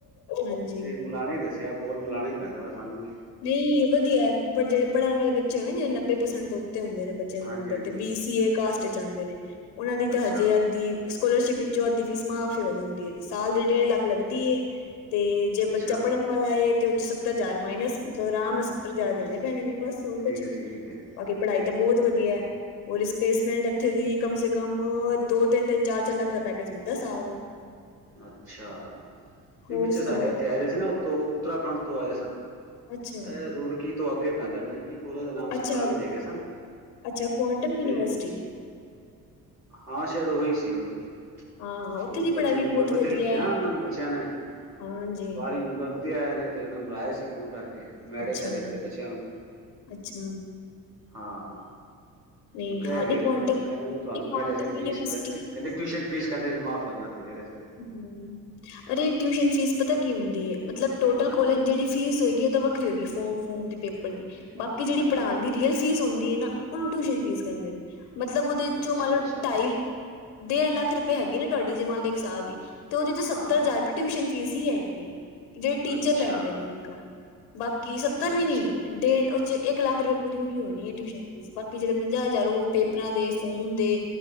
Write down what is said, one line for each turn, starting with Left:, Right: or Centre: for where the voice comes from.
Left: ਹਾਂਜੀ
Right: ਤੇ ਮੁਲਾਾਨੇ ਹੀ ਦੱਸਿਆ। ਕੋਲ ਮਲਾਣਾ ਹੀ ਪੈਂਦਾ ਵਾ ਸਾਨੂੰ ਵੀ।
Left: ਨਹੀਂ ਵਧੀਆ ਪਰ ਜਿਹੜੇ ਪੜ੍ਹਨ ਵਾਲੇ ਬੱਚੇ ਹੋਏ ਨੱਬੇ ਪ੍ਰਸੈਂਟ ਉੱਤੇ ਹੁੰਦੇ ਨੇ ਬੱਚ ਬ
Right: ਹਾਂਜੀ
Left: ਨੰਬਰ
Right: ਹਾਂਜੀ
Left: ਤੇ ਬੀ ਸੀ ਏ ਕਾਸਟ ਚ ਆਉਂਦੇ ਨੇ ਉਹਨਾ ਲਈ
Right: ਅੱਛਾ
Left: ਤਾਂ ਹਜੇ ਅ ਦੀ ਸਕੋਲਰਸ਼ਿਪ ਵਿੱਚੋਂ ਅੱਧ ਦੀ ਫੀਸ ਮਾਫ਼ੀ ਹੋ ਜਾਂਦੀ ਹੈ। ਸਾਲ ਦੀ ਡੇਢ ਲੱਖ ਲੱਗਦੀ ਏ। ਤੇ ਜੇ
Right: ਅੱਛਾ
Left: ਬੱਚਾ ਪੜ੍ਹਨ ਵਾਲਾ ਤੇ ਉਹਦੇ ਚ ਸੱਤਰ ਹਜ਼ਾਰ ਮਾਇਨਸ ਮਤਲਬ ਆਰਾਮ ਨਾਲ ਸੱਤਰ ਹਜ਼ਾਰ ਦੇਣੇ ਪੈਣੇ ਨੇ ਬਸ। ਹੋਰ
Right: ਠੀਕ
Left: ਕੁਛ
Right: ਹੈ
Left: ਨੀ,
Right: ਠੀਕ ਹੈ
Left: ਅੱਗੇ ਪੜ੍ਹਾਈ ਤਾਂ ਬਹੁਤ ਵਧੀਆ ਹੈ। ਉਹ ਰਿਸਪਲੇਸਮੈਂਟ ਇੱਥੇ ਦੀ ਕਮ ਸੇ ਕਮ ਦੋ ਤਿੰਨ ਤਿੰਨ ਚਾਰ ਚਾਰ ਲੱਖ ਦਾ ਪੈਕੇਜ ਮਿਲਦਾ ਸਾਲ ਦਾ।
Right: ਅੱਛਾ ਨਹੀਂ
Left: ਹੋਰ
Right: ਪਿੱਛੇ
Left: ਸੁਣਾਓ
Right: ਸਾਡੇ ਇੱਥੇ ਆਏ ਸੀ ਨਾ ਉਤੋਂ ਉੱਤਰਾਖੰਡ ਤੋਂ ਆਏ ਸਨ।
Left: ਅੱਛਾ
Right: ਅਹ ਰੁੜਕੀ ਤੋਂ ਅੱਗੇ ਪੈਂਦਾ ਪਤਾ ਨੀ। ਕਿ ਕੋਲੇ ਦੇ ਨਾਮ
Left: ਅੱਛਾ
Right: ਸੀ ਕਾਵਿ ਦੇ ਗਏ ਸਨ
Left: ਅੱਛਾ ਕੁਆਂਟਮ ਯੂਨੀਵਰਸਿਟੀ
Right: ਤੇ। ਹਾਂ ਸ਼ਾਇਦ ਉਹੀ ਸੀ, ਉਹੀ ਸੀ।
Left: ਹਾਂ ਹਾਂ ਉੱਥੇ
Right: ਉਹ
Left: ਦੀ
Right: ਬੱਚਿਆਂ
Left: ਪੜ੍ਹਾਈ ਵੀ
Right: ਨੰਬਰ
Left: ਬਹੁਤ
Right: ਵਧੀਆ ਲਿੱਤੇ
Left: ਹੈ
Right: ਨਾ, ਉਹਨਾਂ ਨੇ ਬੱਚਿਆਂ ਨੇ,
Left: ਹਾਂਜੀ
Right: ਬਾਹਰਵੀ ਚ ਨੰਬਰ ਵਧੀਆ। ਦੇ ਆਏ ਨੇ ਤੇ, ਉਹਨਾਂ ਨੂੰ ਬੁਲਾਇਆ ਸੀ ਫੋਨ ਕਰਕੇ। ਮੈਡਲ
Left: ਅੱਛਾ
Right: ਸ਼ੈਡਲ ਦਿੱਤੇ ਬੱਚਿਆਂ ਨੂੰ
Left: ਅੱਛਾ।
Right: ਹਾਂ,
Left: ਨਹੀਂ
Right: ਤੇ ਕਹਿ
Left: ਹਾਂ
Right: ਰਹੇ
Left: ਨਹੀਂ
Right: ਨੇ
Left: ਕੁਆਂਟਮ
Right: ਕਹਿੰਦਾ ਵੀ
Left: ਨਹੀਂ
Right: ਤੁਹਾਨੂੰ
Left: ਕੁਆਂਟਮ
Right: ਕਹਿ ਰਿਹਾ ਸੀ ਫੀਸ
Left: ਯੂਨੀਵਰਸਿਟੀ
Right: ਪਤਾ ਨਹੀਂ। ਕਹਿੰਦੇ ਟਿਊਸ਼ਨ ਫੀਸ ਕਹਿੰਦੇ ਸੀ ਮਾਫ਼ ਕਰਨ ਵਾਸਤੇ ਕਹਿ ਰਹੇ ਸੀਗੇ।
Left: ਹਮ, ਅਰੇ ਟਿਊਸ਼ਨ ਫੀਸ ਪਤਾ ਕੀ ਹੁੰਦੀ ਐ। ਮਤਲਬ ਟੋਟਲ
Right: ਹਾਂਜੀ
Left: ਕੋਲੇਜ ਜਿਹੜੀ ਫੀਸ ਹੋਏਗੀ ਉਹ ਤਾਂ ਵੱਖਰੀ ਹੋਏਗੀ ਫੋਮ ਫੂਮ ਦੀ ਪੇਪਰ ਦੀ ਬਾਕੀ ਜਿਹੜੀ
Right: ਹਾਂਜੀ
Left: ਪੜ੍ਹਾਉਣ ਦੀ ਫੀਸ। ਰੀਅਲ ਫੀਸ ਹੁੰਦੀ ਹੈ ਨਾ, ਉਹਨੂੰ ਟਿਊਸ਼ਨ ਫੀਸ ਕਹਿੰਦੇ ਨੇ। ਮਤਲਬ ਉਹਦੇ
Right: ਅੱਛਾ
Left: ਚੋਂ ਮਨ
Right: ਅੱਛਾ
Left: ਲਓ ਢਾਈ ਡੇਢ ਲੱਖ ਰੁਪਏ ਹੈਗੀ ਨਾ ਤੁਹਾਡੀ ਜੇ ਮੰਨ ਲਓ ਇੱਕ ਸਾਲ ਦੀ ਤੇ ਉਹਦੇ ਚ ਸੱਤਰ
Right: ਹਾਂ
Left: ਹਜ਼ਾਰ ਰੁਪਏ। ਟਿਊਸ਼ਨ ਫੀਸ ਹੀ ਹੈਗੀ ਹੈ। ਜਿਹੜੇ ਟੀਚਰ
Right: ਅੱਛਾ
Left: ਲੈਂਦੇ ਨੇ ਇਨਕਮ ਬਾਕੀ ਸੱਤਰ
Right: ਅੱਛਾ
Left: ਵੀ
Right: ਅੱਛਾ
Left: ਨੀ ਡੇਢ। ਇਕ ਲੱਖ ਰੁਪਏ ਪੂਰੀ ਹੋਈ ਹੋਣੀ ਹੈ। ਟਿਊਸ਼ਨ ਫੀਸ ਬਾਕੀ ਜਿਹੜੇ ਪੰਜਾਹ ਹਜ਼ਾਰ ਉਹ ਪੇਪਰਾਂ ਦੇ ਫੋਮ ਦੇ।